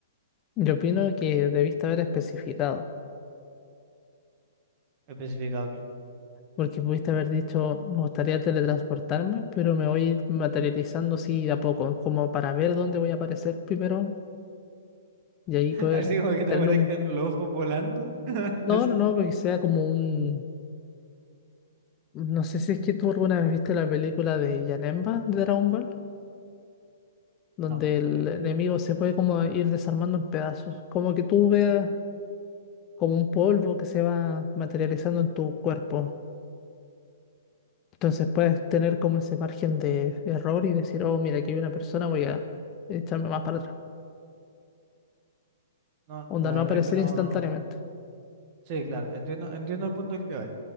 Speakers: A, on the left (about 30°); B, on the right (about 40°).
A: Yo opino que debiste haber especificado,
B: especificado
A: porque pudiste haber dicho, me gustaría teletransportarme, pero me voy a ir materializando así de a poco, como para ver dónde voy a aparecer primero y ahí poder
B: Así como que
A: tener
B: te aparezcan
A: un...
B: los ojos volando. <laughs>
A: No,
B: Decir,
A: no, no, porque sea como un No sé si es que tú alguna vez viste la película de Janemba de Dragon Ball, donde
B: No,
A: el
B: no, la he visto.
A: enemigo se puede como ir desarmando en pedazos, como que tú veas como un polvo que se va materializando en tu cuerpo. Entonces puedes tener como ese margen de error y decir, oh, mira, aquí hay una persona, voy a echarme más para atrás.
B: no,
A: Onda,
B: no, la
A: no va
B: verdad
A: a aparecer
B: es que no.
A: instantáneamente.
B: Sí, claro, entiendo, entiendo el punto al que vais.